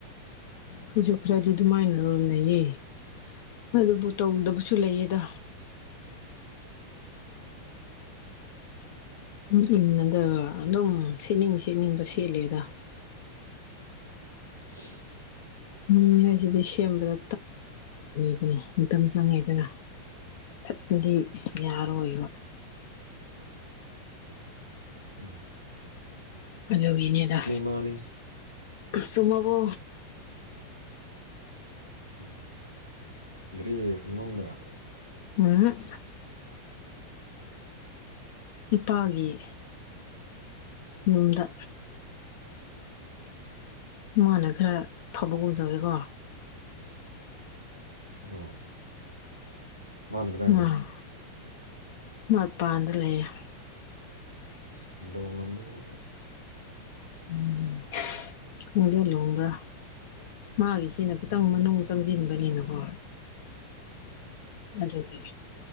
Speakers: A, on the left; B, on the right.
A: ꯈꯣꯢꯖꯨ ꯈ꯭ꯔꯗꯤ ꯑꯗꯨꯃꯥꯏꯅ ꯂꯂꯩꯌꯦ ꯍꯣꯏ ꯑꯗꯨꯕꯨ ꯇꯧꯗꯕꯁꯨ ꯂꯩꯌꯦꯗ ꯅꯪ ꯏꯟꯅꯗꯔꯥ ꯑꯗꯨꯝ ꯁꯦꯠꯅꯤꯡ ꯁꯦꯠꯅꯤꯡꯕ ꯁꯦꯠꯂꯦꯗ
B: <inaudible>
A: ꯃꯤ ꯍꯥꯏꯁꯤꯗꯤ ꯁꯦꯝꯕꯗ <unintelligible> ꯃꯇꯝ ꯆꯪꯉꯦꯗꯅ ꯊꯠꯄꯒꯤ ꯌꯥꯔꯣꯏꯕ
B: ꯍꯨ
A: ꯑꯗꯨꯒꯤꯅꯦꯗ
B: ꯃꯥꯅꯤ
A: ꯆꯨꯝꯃꯕꯣ
B: ꯎꯝ ꯒꯥꯔꯤ ꯃꯅꯨꯡꯗꯔꯥ
A: ꯎꯝꯍꯛ ꯄꯥꯒꯤ ꯅꯨꯡꯗ ꯃꯥꯅ ꯈꯔ ꯐꯕꯒꯨꯝ ꯇꯧꯋꯤꯀꯣ
B: ꯑꯣ ꯃꯥꯅ ꯀꯗꯥꯢ
A: ꯑꯥ
B: ꯆꯠꯄ
A: ꯃꯄꯥꯟꯗ ꯂꯩꯌꯦ
B: <unintelligible> ꯃꯨꯛꯀꯥ
A: ꯎꯝ <unintelligible> ꯃꯥꯒꯤꯁꯤꯅ ꯈꯤꯇꯪ ꯃꯅꯨꯡ ꯆꯪꯖꯤꯟꯕꯅꯤꯅꯀꯣ ꯑꯗꯨꯒꯤ